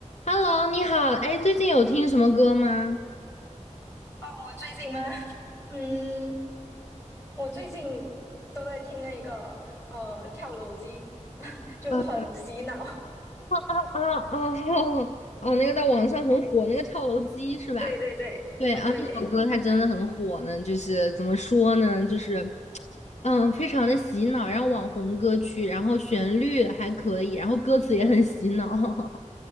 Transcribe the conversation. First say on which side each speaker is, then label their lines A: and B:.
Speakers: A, on the left; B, on the left.
A: Hello，你好，哎，最近有听什么歌吗？
B: 哦，我最近吗？<laughs> 嗯，我最近都在听那个呃跳楼机，<laughs> 就很洗脑。
A: 啊啊啊！哦哦，那个在网上很火，那个跳楼机是吧？
B: <laughs> 对对对，
A: 对啊，
B: 啊对
A: 那首歌它真的很火呢，就是怎么说呢，就是嗯，非常的洗脑，然后网红歌曲，然后旋律还可以，然后歌词也很洗脑，<laughs>